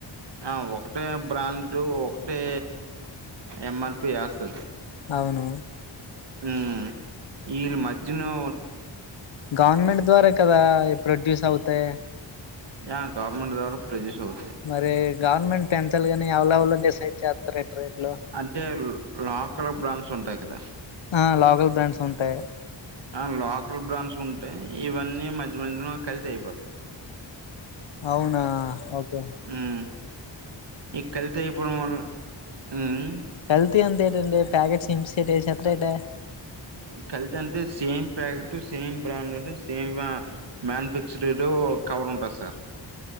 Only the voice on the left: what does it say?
అవును
గార్నమెంట్ ద్వారే కదా ఇ ప్రొడ్యూస్ అవుతే
మరి గవర్నమెంట్ పెంచాలి కాని యవల్ యవలొ డిసైడ్ చేత్తారేట్ రేట్లు
ఆ లోకల్ బ్రాండ్స్ ఉంటాయ్
అవునా ఓకే
కల్తీ ఎంతేటండి ప్యాకెట్స్ సింప్సేటెస్ ఏసేత్త రేటే